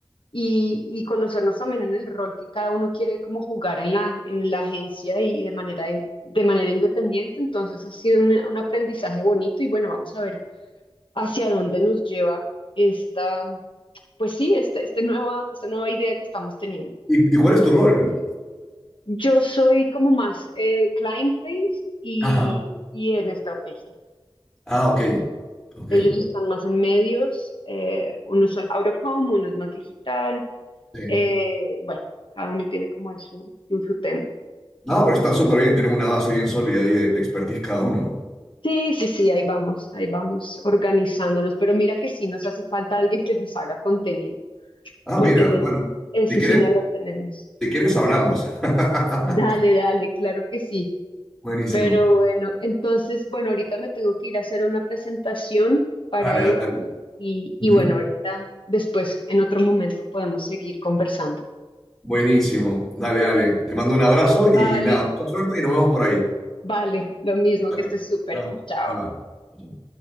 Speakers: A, on the left; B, in the centre.
A: y, y conocernos también en el rol que cada uno quiere como jugar en la, en la agencia y, y de manera, de, de manera independiente. Entonces ha sido un, un aprendizaje bonito y bueno, vamos a ver hacia dónde nos lleva esta, pues sí, esta, este nueva, esta nueva idea que estamos teniendo.
B: ¿Y, y cuál es tu rol?
A: Yo soy como más eh, client face y,
B: Ajá.
A: y en estrategia.
B: Ah, ok, ok,
A: Ellos están más en medios, eh, unos son out of home, uno es más digital.
B: sí.
A: eh, bueno, cada uno tiene como ahí su, su su tema.
B: No, pero están súper bien, tienen una base bien sólida ahí de, de expertise cada uno.
A: Sí, sí, sí, ahí vamos, ahí vamos organizándonos, pero mira que sí nos hace falta alguien que les haga contenido,
B: Ah,
A: porque
B: mira,
A: no,
B: bueno,
A: eso
B: si quieres,
A: sí no lo tenemos.
B: si quieres hablamos. <laughs>
A: Dale, dale, claro que sí.
B: Buenísimo.
A: Pero bueno, entonces, bueno, ahorita me tengo que ir a hacer una presentación para
B: Dale,
A: ellos
B: dale.
A: y,
B: Ujú.
A: y bueno, ahorita después, en otro momento, podemos seguir conversando.
B: Buenísimo. Dale, dale. Te mando un abrazo
A: Vale,
B: y nada, mucha suerte y nos vemos por ahí.
A: vale, lo mismo,
B: Dale,
A: que estés súper.
B: hablamos.
A: Chao.
B: Bye, bye.